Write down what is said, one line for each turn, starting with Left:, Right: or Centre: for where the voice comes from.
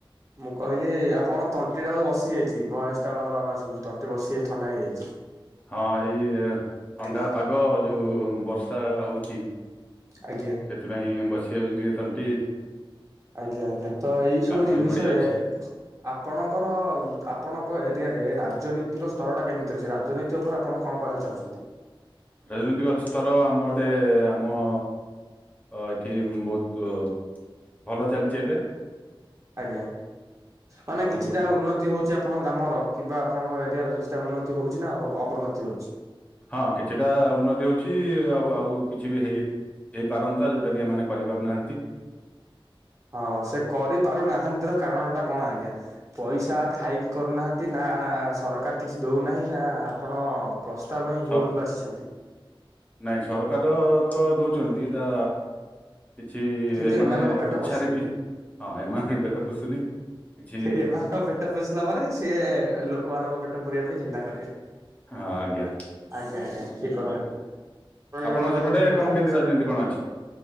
Right: ମୁଁ କହିଲି ଆପଣ ତଣ୍ଟିଟା ବସିଯାଇଛି ଭଏସଟା ଅଲଗା ଅଲଗା ଶୁଭୁଛି ତଣ୍ଟି ବସିଯାଇଛି ଥଣ୍ଡା ହେଇଯାଇଛି
Left: ହଁ ଏଇ ଥଣ୍ଡା
Right: ଆଜ୍ଞା।
Left: ପାଗ ଯୋଉ ବର୍ଷା ହଉଛି
Right: ଆଜ୍ଞା।
Left: ସେଥିପାଇଁ ବସିିଯାଉଛି ଟିକେ ତଣ୍ଟି
Right: ଆଜ୍ଞା ଆଜ୍ଞା ତ ଏଇ ସବୁ
Left: କାମ
Right: ଜିନିଷରେ
Left: ବି ପଡିଯାଉଛି।
Right: ଆପଣଙ୍କର ଆପଣଙ୍କ ଏରିଆରେ ରାଜନୈତିକ ସ୍ତରଟା କେମିତି ଅଛି? ରାଜନୀତି ତ ଉପରେ ଆପଣ କଣ କହିବାକୁ ଚାହୁଁଛନ୍ତି?
Left: ରାଜନୈତିକ ସ୍ତର ଆମ ଆଡ଼େ ଆମ ହ ଏଠି ବହୁତ ଭଲ ଚାଲିଛି ଏବେ
Right: ଆଜ୍ଞା ହଁ ନା
Left: ଆଉ
Right: କିଛିଟା ଉନ୍ନତି ହଉଛି ଆପଣଙ୍କ ଗ୍ରାମର କିମ୍ବା ଆପଣଙ୍କ ଏରିଆର କିଛିଟା ଉନ୍ନତି ହଉଛି, ନା ଅବନତି ହଉଛି?
Left: ହଁ କିଛିଟା ଉନ୍ନତି ହଉଛି ଆଉ ଆଉ କିଛି ବି ହେଇ ହେଇପାରନ୍ତା ଯୋଉଟା କି ଏମାନେ କରିପାରୁନାହାନ୍ତି
Right: ହଁ ସେ କରି ପାରୁ ନାହାନ୍ତିର କାରଣ ଟା କଣ ଆଜ୍ଞା ପଇସା ଥାଇକି କରୁନାହାନ୍ତି ନା ସରକାର କିଛି ଦେଉନାହିଁ ନା ଆପଣ ପ୍ରସ୍ତାବ ହିଁ
Left: ସ
Right: ଭୁଲ ବାଛିଛନ୍ତି
Left: ନାଇଁ ସରକାର ତ ଦଉଛନ୍ତି ତା କିଛି
Right: କିନ୍ତୁ
Left: ଏମାନେେ
Right: ଏମାନଙ୍କ ପେଟ
Left: ଇଚ୍ଛାରେ
Right: ପୋଷୁନି
Left: ବି ହଁ ଏମାନେ ପେଟ ପୋଷୁନି କିଛି
Right: ଏମାନଙ୍କ ପେଟ ପୋଷିଲା ପରେ ସିଏ ଲୋକମାନଙ୍କ ପେଟ ପୁରିବା ପାଇଁ ଚିନ୍ତା ବୋଧେ
Left: ହଁ ଆଜ୍ଞା
Right: ଆଜ୍ଞା ଆଜ୍ଞା ଠିକ କଥା ଆପ। ଣ
Left: ଆପଣ
Right: ଯୋଉଟା
Left: ସେପଟେ
Right: କହିଲେ ଠିକ କଥା
Left: କଣ କେମିତି ରାଜନୀତି କଣ ଅଛି?